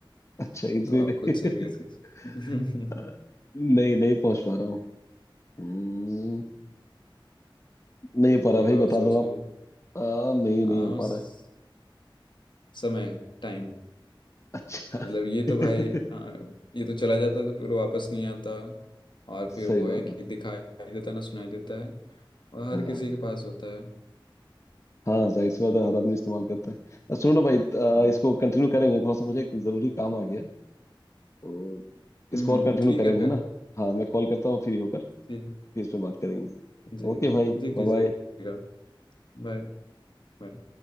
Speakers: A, on the left; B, on the left.
A: अच्छा इतने
B: तो आप
A: में-
B: खुद से ही गेस कर <laughs>
A: <laughs> नहीं नहीं पहुंच पा रहा हूँ हम्म, नहीं हो पा रहा
B: एक
A: भाई
B: बार
A: बता
B: और सोच
A: दो
B: लीजिए
A: आप आ, नहीं नहीं
B: हाँ
A: हो
B: स-
A: पा रहा है
B: समय टाइम
A: अच्छा
B: मतलब ये तो
A: <laughs>
B: भाई हाँ, ये तो चला जाता तो फिर वापस नहीं आता और फिर
A: सही
B: वो
A: बात
B: है कि
A: है
B: दिखाई देता ना सुनाई देता है और हर
A: हाँ
B: किसी के पास होता है
A: हाँ जाहिर सी बात है हर आदमी इस्तेमाल करता है अब सुनो ना भाई आ,
B: हम्म
A: इसको कंटिन्यू करेंगे थोड़ा सा मुझे एक जरूरी काम आ गया है तो इसको
B: हम्म हम्म,
A: और कंटिन्यू
B: ठीक
A: करेंगे
B: है फिर
A: है ना हाँ मैं कॉल करता हूँ फ्री होकर
B: ठीक है
A: फिर इस पे बात करेंगे
B: जी
A: ओके भाई
B: जी
A: बाय
B: कीजिएगा
A: बाय
B: बाय बाय